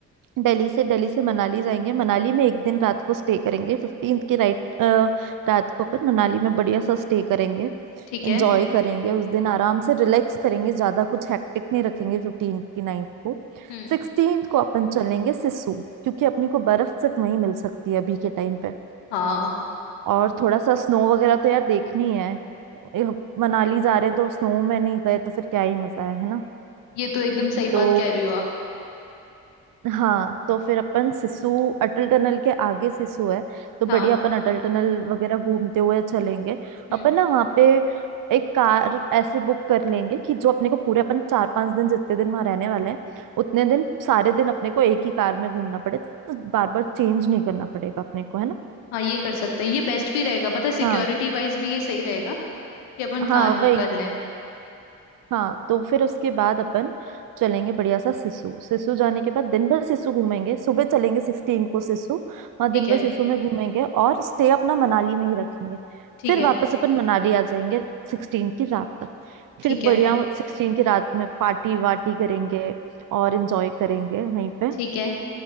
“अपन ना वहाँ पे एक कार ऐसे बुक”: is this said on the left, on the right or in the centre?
Right